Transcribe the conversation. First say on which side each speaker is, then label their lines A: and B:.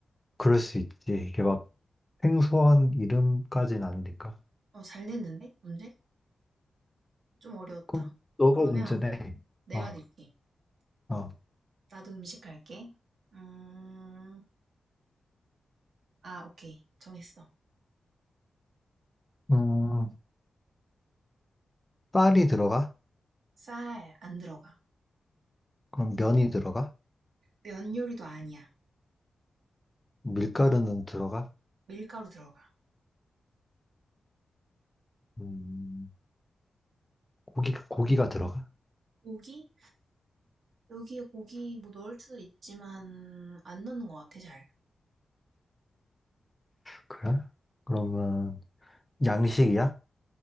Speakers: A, on the left; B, on the right.
A: 그럴 수 있지. 이게 막 생소한 이름까지는 아니니까.
B: 어, 잘 냈는데? 문제? 좀 어려웠다.
A: 그럼 너가
B: 그러면
A: 문제네.
B: 내가
A: 어,
B: 낼게.
A: 어.
B: 나도 음식 할게. 음, 아, 오케이. 정했어.
A: 음, 쌀이 들어가?
B: 쌀 안 들어가.
A: 그럼 면이 들어가?
B: 면 요리도 아니야.
A: 밀가루는 들어가?
B: 밀가루 들어가.
A: 음, 고기, 고기가 들어가?
B: 고기? 여기에 고기 뭐 넣을 수도 있지만 안 넣는 것 같아, 잘.
A: 그래? 그러면 양식이야?